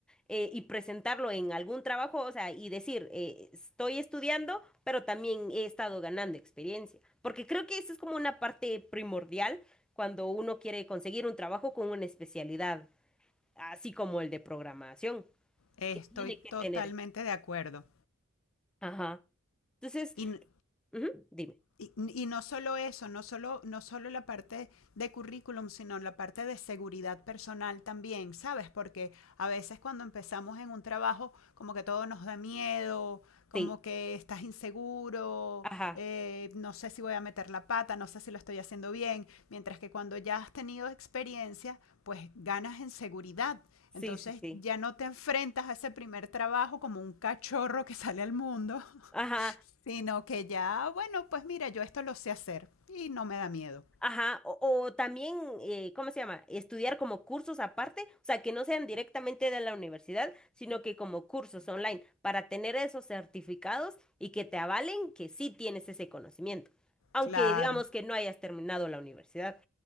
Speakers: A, in the centre; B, on the left.
A: eh, y presentarlo en algún trabajo, o sea, y decir, eh, estoy estudiando, pero también he estado ganando experiencia, porque creo que eso es como una parte primordial cuando uno quiere conseguir un trabajo con una especialidad, así como el de programación,
B: Estoy
A: que tiene
B: totalmente
A: que tener experiencia.
B: de acuerdo.
A: Ajá. Entonces,
B: Y
A: ujú, dime.
B: Y, y no solo eso, no solo, no solo la parte de currículum, sino la parte de seguridad personal también, ¿sabes? Porque a veces cuando empezamos en un trabajo, como que todo nos da miedo, como
A: Sí,
B: que estás inseguro,
A: ajá,
B: eh, no sé si voy a meter la pata, no sé si lo estoy haciendo bien, mientras que cuando ya has tenido experiencia, pues ganas en seguridad.
A: sí,
B: Entonces
A: sí, sí.
B: ya no te enfrentas a ese primer trabajo como un cachorro que sale al mundo,
A: Ajá,
B: Sino que ya, bueno, pues mira, yo esto lo sé hacer y no me da miedo.
A: ajá. O, o también, eh, ¿cómo se llama? Estudiar como cursos aparte, o sea, que no sean directamente de la universidad, sino que como cursos online, para tener esos certificados y que te avalen que sí tienes ese conocimiento. Aunque
B: Claro.
A: digamos que no hayas terminado la universidad.